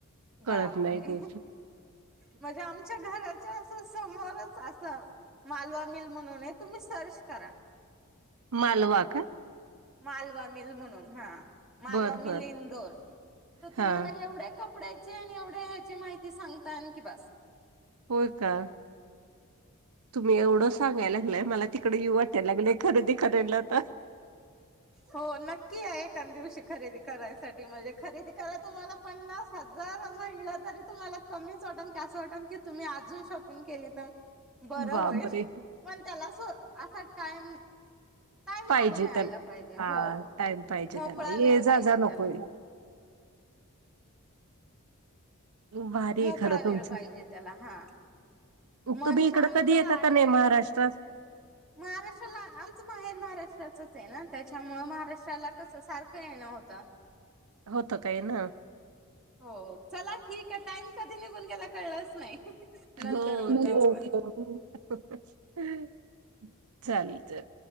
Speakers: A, on the right; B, in the centre.
A: कळत
B: बापरे
A: नाही ते
B: म्हजे आमच्या घरात अस समोरच अस मालवा मिल म्हणून हाय तुम्ही सर्च करा.
A: मालवा काय?
B: मालवा मिल म्हणून हा. मालवा
A: बर
B: मील
A: बर
B: इंदोर तर तुम्हाला
A: हा
B: एवढे कपडे <unintelligible> एवढे ह्याची माहिती सांगतान की बास.
A: होय का? तुम्ही एवढं सांगायला लागलाय मला तिकडे येऊ वाटायला लागलंय खरेदी करायला आता.
B: हो नक्की या एक एकान दिवशी खरेदी करायसाठी म्हणजे खरेदी करायला तुम्हाला पन्नास हजार म्हटलं तरी तुम्हाला कमीच वाटल कि असं वाटल की तुम्ही आजून शॉपिंग केली तर. बर
A: बापरे!
B: होईल. पण त्याला असं- असा टाइम टाइम
A: पाहिजे
B: काढून यायला
A: त्यांला,
B: पाहिजे
A: हा
B: हो
A: टाइम पाहिजे
B: मोकळा
A: त्याला ये
B: वेळ
A: जा-जा
B: पाहिजे
A: नको
B: त्याला
A: हे. भारी
B: मोकळा
A: हे खरं
B: वेळ
A: तुमचं.
B: पाहिजे त्याला हा
A: ऊ
B: मन
A: तुम्ही
B: शांत
A: इकडं कधी
B: आणि
A: येता का नाही
B: वेळ
A: महाराष्ट्रात?
B: महाराष्ट्राला आमचं माहेर महाराष्ट्राचच आहे ना, त्याच्यामूळ महाराष्ट्राला कसं सारखं येणं होतं.
A: होतं का येण?
B: हो, चला ठीक हे टाइम कधी निघून गेला कळलंच नाही. नंतर
A: हो
B: बोलू
A: तेच
B: आपण.
A: की, चालेल चालेल.